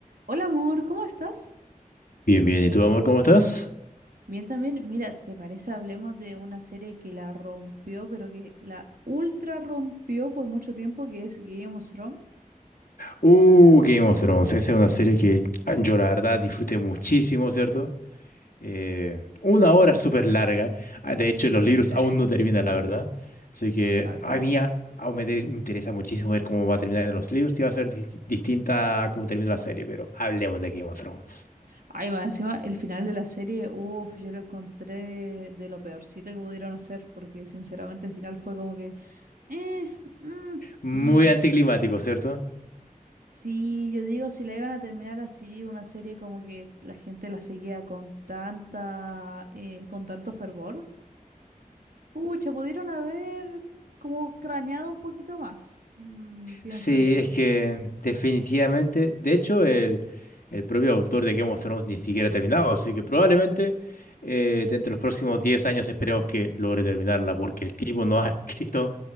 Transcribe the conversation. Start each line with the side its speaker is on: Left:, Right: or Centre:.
Right: Hola amor, ¿cómo estás?
Left: Bien, bien. ¿Y tú, amor, cómo estás?
Right: Bien también, mira, ¿te parece hablemos de una serie que la rompió, pero que la ultra rompió por mucho tiempo, que es Game of Thrones?
Left: Uh, Game of Thrones. Esa es una serie que ah, yo la verdad disfruté muchísimo, ¿cierto? Eh, una hora súper larga. Ah, De hecho, los libros
Right: Sí,
Left: aún no terminan, la verdad. Así que
Right: exacto.
Left: a mí a- aún me te- interesa muchísimo ver cómo va a terminar los libros y va a ser dis- distinta a cómo termina la serie, pero hablemos de Game of Thrones.
Right: Ay, más encima, el final de la serie, uff, yo lo encontré de lo peorcito que pudieron hacer, porque sinceramente el final fue como que, eh,
Left: Muy
Right: mm, mm.
Left: anticlimático, cierto
Right: Sí, yo digo, si la iban a terminar así, una serie como que la gente la seguía con tanta, eh, con tanto fervor. Pucha, pudieron haber como craneado un poquito más, mm, pienso
Left: Sí,
Right: yo.
Left: es que definitivamente, de hecho, el, el propio autor de Game of Thrones ni siquiera ha terminado, así que probablemente eh, dentro de los próximos 10 años esperemos que logre terminarla, porque el tipo no ha <laughs> escrito